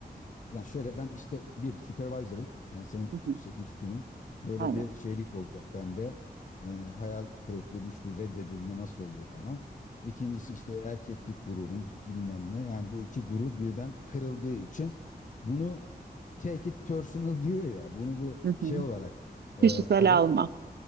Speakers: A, on the left; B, on the right.
A: yani şöyle ben işte bir supervisor'ım yani senin
B: Hı hı,
A: şey üstünüm böyle
B: aynen.
A: bir şeylik olacak bende E, hayal kırıklığı düşkü reddedilme nasıl oluyor falan. İkincisi işte erkeklik gururum bilmem ne yani bu iki gurur birden kırıldığı için bunu take it personal diyor ya bunu bu
B: Hı
A: şey
B: hı.
A: olarak e,
B: Kişisel
A: alıp
B: alma.